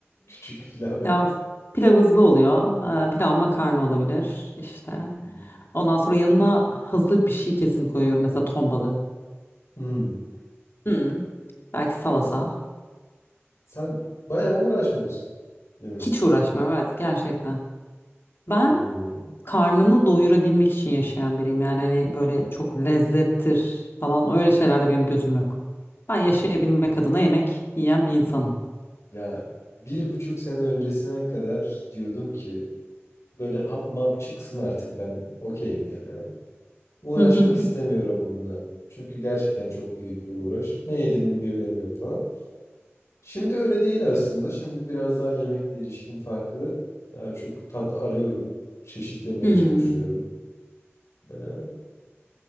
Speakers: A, on the left; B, on the left.
A: Küçük pilav mı?
B: Pilav, pilav hızlı oluyor. Ee, pilav makarna olabilir işte.
A: Hı hı.
B: Ondan sonra yanına hazır bir şey kesin koyuyorum. Mesela ton balığı.
A: Hmm.
B: Hı. Belki salata.
A: Sen, sen bayağı uğraşmıyorsun demek için.
B: Hiç uğraşmıyorum evet gerçekten. Ben
A: Hmm.
B: karnını doyurabilmek için yaşayan biriyim. Yani hani böyle çok lezzettir falan öyle şeylerde benim gözüm yok. Ben yaşayabilmek adına yemek yiyen bir insanım.
A: Ya bir buçuk sene öncesine kadar diyordum ki böyle hap map çıksın artık ben okeyim yani ben. Uğraşmak
B: <laughs>
A: istemiyorum bununla. Çünkü gerçekten çok büyük bir uğraş. Ne yediğimin bir önemi yok falan. Şimdi öyle değil aslında. Şimdi biraz daha yemekle ilişkim farklı. Daha çok tat arıyorum. Çeşitlemeye
B: Hmm.
A: çalışıyorum. Ee,